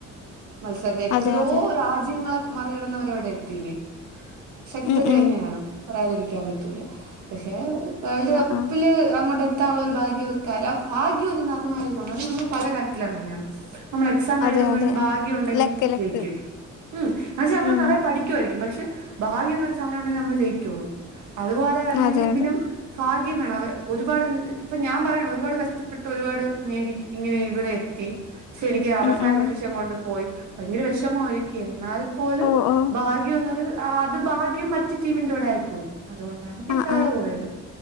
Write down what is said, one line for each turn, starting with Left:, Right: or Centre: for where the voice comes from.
Right: മത്സര എത്രയോ
Left: അതെ അതെ
Right: രാജ്യങ്ങള് മറികടന്നവരവിടെ എത്തിയില്ലേ ശക്തര്
Left: ഉം ഉം
Right: തന്നെയാണ് പറയാതിരിക്കാൻ പറ്റൂല പക്ഷെ വേൾഡ് കപ്പില്
Left: ആ ആ
Right: അങ്ങോട്ടെത്താനൊള്ള ഒരു ഭാഗ്യവർക്ക് ആരുന്നു ആ ഫാഗ്യ ഒരു നിർണായകമാണ് അത് നമ്മൾ പല കാര്യത്തിലും അങ്ങനെയാണ് നമ്മള് എക്സാം
Left: അതെ
Right: എഴുതുമ്പഴും
Left: അതെ
Right: ഭാഗ്യം ഒണ്ടെങ്കിൽ
Left: ലക്ക് ലക്ക്
Right: ജയിക്കും ഉം പക്ഷെ നമ്മള്
Left: ഉം
Right: നെറയെ പഠി ക്കുവായിരിക്കും പക്ഷെ ഭാഗ്യം എന്നൊരു സാധനം ഒണ്ടെ നമ്മള് ജയിക്കുവോ അതുപോലെ തന്നെയാണ്
Left: അതെ
Right: ഇതിലും
Left: അതെ
Right: ഫാഗ്യം വേണം അവ ഒരുപാട് ഇപ്പൊ ഞാൻ പറയാണ് ഒരുപാട് കഷ്ടപ്പെട്ട് ഒരുപാട് നേടി ഇങ്ങനെ ഇവിടെ എത്തി ക്ഷെ എനിക്ക് അവസാന
Left: ഉം ഉം
Right: നിമിഷം കൊണ്ട് പോയി ഭയങ്കര വിഷമമായിരിക്കും എന്നാൽ പോലും
Left: ഓ ഓ
Right: ഭാഗ്യംന്നൊരു ആഹ് അത് ഭാഗ്യം മറ്റ് ടീമിന്റെ കൂടെ ആയിപ്പോയി അതുകൊണ്ടാണ് കിട്ടാതെ
Left: ആ ആ
Right: പോയത്